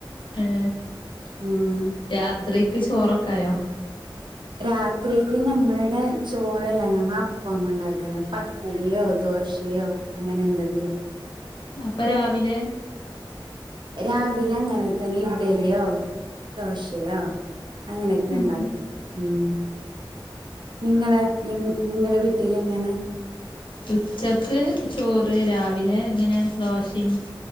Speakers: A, on the left; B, on the right.
A: ഏ
B: ഉം
A: രാത്രിക്ക് ചോറൊക്കായോ
B: രാത്രിക്ക് നമ്മളടെ ചോറല്ല ഞമ്മ അ പ്പം ഉണ്ടാക്കുന്ന പത്തിരിയോ ദോശയോ അങ്ങനെ എന്തെങ്കിലും
A: അപ്പ രാവിലെ
B: രാവിലെ അങ്ങനെ തന്നെ ഇഡലിയോ ദോശയോ അങ്ങനെ ഒക്കെ
A: ഉം
B: ഉണ്ടാക്കും ഉ നിങ്ങളെ നി നിങ്ങളടെ വീട്ട ട്ടിലങ്ങനെ
A: ഉച്ചക്ക് ചോറ് രാവിലെ എങ്ങനെ ദോശയും